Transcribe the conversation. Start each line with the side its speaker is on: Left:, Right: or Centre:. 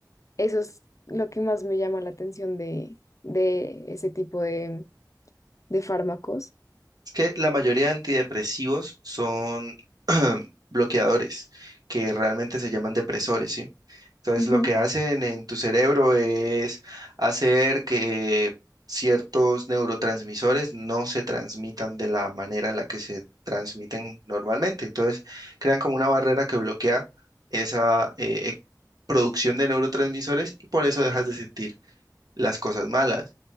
Left: Eso es lo que más me llama la atención de, de ese tipo de, de fármacos.
Right: Es que la mayoría de antidepresivos son <clears throat> bloqueadores, que realmente se llaman depresores, ¿sí? Entonces,
Left: Ujú.
Right: lo que hacen en tu cerebro es hacer que ciertos neurotransmisores no se transmitan de la manera en la que se transmiten normalmente. Entonces, crean como una barrera que bloquea esa eh, e, producción de neurotransmisores y por eso dejas de sentir las cosas malas.